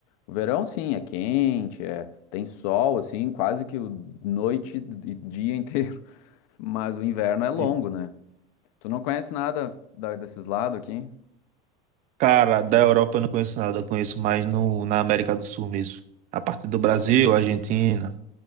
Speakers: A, on the left; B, on the right.
A: o verão, sim, é quente, é, tem sol, assim, quase que o- noite e dia inteiro, <laughs> mas o inverno é longo,
B: Sim.
A: né? Tu não conhece nada da- desses lados aqui?
B: Cara, da Europa eu não conheço nada, eu conheço mais no, na América do Sul mesmo. A parte do Brasil, Argentina,